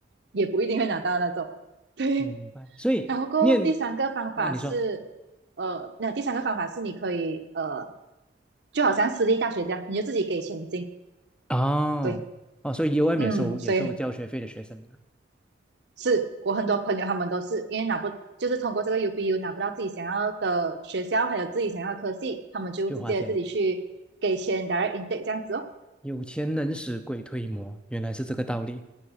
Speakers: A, on the right; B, in the centre.
A: 也不一定会拿到那种，<laughs> 对，
B: 明白。所以念
A: 然后过后第三个方法是，
B: 啊，你说
A: 呃，那第三个方法是你可以呃，就好像私立大学这样，你就自己给钱进。
B: 哦哦，
A: 对，
B: 所以 UM
A: 嗯，
B: 也收也收交学费的学生啊
A: 所以是我很多朋友他们都是因为拿不，就是通过这个 UBU 拿不到自己想要的学校，还有自己想要的科系，他们就直接自己去给钱
B: 就花钱。
A: direct intake 这样子哦。
B: 有钱能使鬼推磨，原来是这个道理。